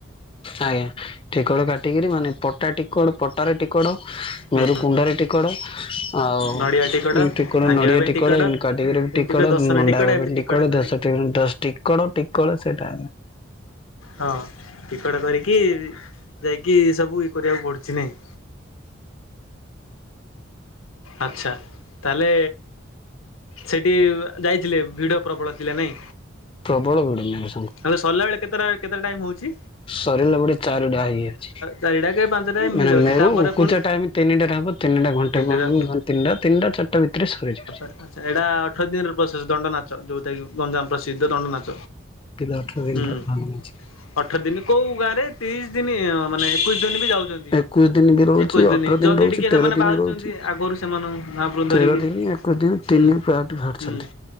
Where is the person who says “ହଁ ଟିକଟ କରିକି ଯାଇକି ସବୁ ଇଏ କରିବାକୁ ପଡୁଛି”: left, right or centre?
Left